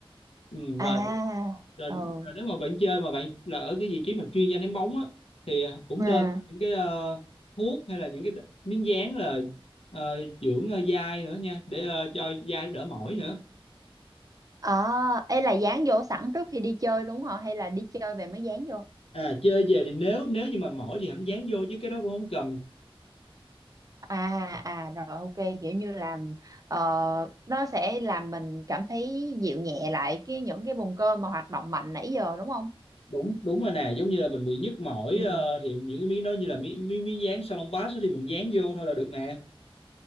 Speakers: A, on the left; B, on the right.
A: Ừ, rồi,
B: à
A: nếu- rồi,
B: ừ.
A: rồi nếu mà bạn chơi mà bạn là ở cái vị trí mà chuyên gia ném bóng á thì cũng
B: À.
A: nên có những cái ờ, thuốc hay là những cái t- miếng dán là ờ, dưỡng ờ, dai nữa nha để ờ, cho dai đỡ mỏi nữa
B: Ờ ấy là dán vô sẵn trước khi đi chơi đúng không? Hay là đi chơi về mới dán vô?
A: à chơi về thì nếu nếu như mà mỏi thì hẳn dán vô chứ cái đó cũng không cần
B: À à rồi ok, kiểu như là ờ, nó sẽ làm mình cảm thấy dịu nhẹ lại cái những cái vùng cơ mà hoạt động mạnh nãy giờ đúng không?
A: đúng đúng rồi nè giống như là mình bị nhức mỏi
B: Ừ.
A: ờ, thì những cái miếng đó như là miếng miếng, miếng dán salon pass đó thì mình dán vô thôi là được nè